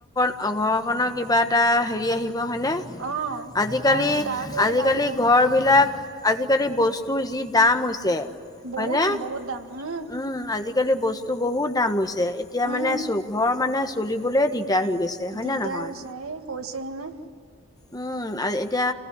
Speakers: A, on the left; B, on the right.
A: অ' ঘৰখনৰ কিবা এটা হেৰি আহিব হয়নে।
B: অ
A: আজিকালি
B: তাৰ তাৰ হৈ
A: আজিকালি
B: পেলাই আহিব
A: ঘৰ বিলাক আজিকালি বস্তুৰ যি দাম হৈছে
B: বহুত
A: হয়নে
B: দাম বহুত দাম উম,
A: উম, আজিকালি বস্তু বহুত দাম হৈছে এতিয়া
B: উম
A: মানে চ ঘৰ মানে চলিবলে দিগদাৰ দিগদাৰ হৈ গৈছে হয়
B: দিগদাৰ
A: নে নহয়
B: হৈছে এই কৈছেহেনে
A: উম, আৰু এতিয়া